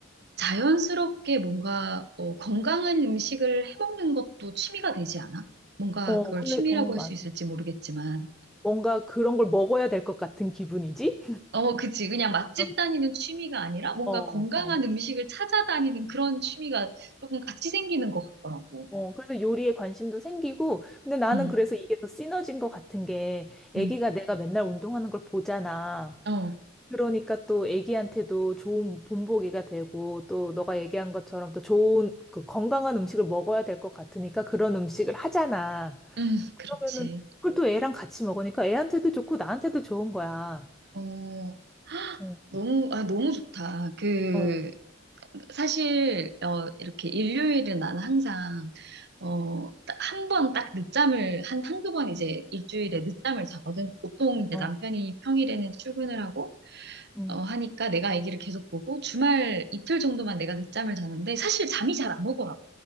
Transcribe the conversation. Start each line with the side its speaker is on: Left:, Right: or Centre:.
Right: 자연스럽게 뭔가, 어, 건강한 음식을 해먹는 것도 취미가 되지 않아? 뭔가
Centre: 어,
Right: 그걸
Centre: 그래,
Right: 취미라고
Centre: 어,
Right: 할
Centre: 맞아.
Right: 수 있을지 모르겠지만,
Centre: 뭔가 그런 걸 먹어야 될 것 같은 기분이지?
Right: 어, 그치. 그냥 맛집
Centre: <laughs>
Right: 다니는 취미가 아니라 뭔가
Centre: 어,
Right: 건강한
Centre: 어.
Right: 음식을 찾아다니는 그런 취미가 조금 같이 생기는 것 같더라고.
Centre: 어, 그래서 요리에 관심도 생기고, 근데 나는
Right: 응,
Centre: 그래서 이게 더 시너지인 것 같은 게, 애기가
Right: 응,
Centre: 내가 맨날 운동하는 걸 보잖아.
Right: 어,
Centre: 그러니까 또 애기한테도 좋은 본보기가 되고, 또 너가 얘기한 것처럼 또 좋은, 그 건강한 음식을 먹어야 될 것 같으니까 그런 음식을 하잖아.
Right: 응, 그렇지.
Centre: 그러면은 그걸 또 애랑 같이 먹으니까 애한테도 좋고 나한테도 좋은 거야.
Right: 어, 아,
Centre: 어,
Right: 너무, 아, 너무 좋다. 그,
Centre: 어,
Right: 사실, 어, 이렇게 일요일은 난 항상, 어, 한 번 딱 늦잠을, 한, 한두 번 이제 일주일에 늦잠을 자거든. 보통 이제
Centre: 어.
Right: 남편이 평일에는 출근을 하고,
Centre: 응.
Right: 어, 하니까 내가 아기를 계속 보고 주말 이틀 정도만 내가 늦잠을 자는데 사실 잠이 잘 안 오더라고.